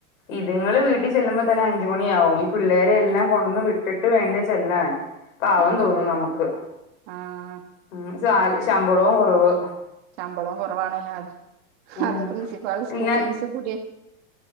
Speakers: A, on the left; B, on the right.
A: ഇതിങ്ങള് വീട്ടി ചെല്ലുമ്പ തന്നെ അഞ്ച് മണിയാവും പിള്ളേരെ എല്ലാം കൊണ്ടന്ന് വിട്ടിട്ട് വേണ്ടെ ചെല്ലാൻ പാവം
B: ആഹ്
A: തോന്നും
B: അതെ
A: നമ്മക്ക്
B: ആഹ്
A: ഉം സാ ശമ്പളോം കൊറവ്
B: ശമ്പളോം കൊറവാണ് ഹത്
A: ഉം
B: പ്രിൻസിപ്പാള് സ്കൂ
A: പിന്നെ
B: ഫീസ് കൂട്ട്യ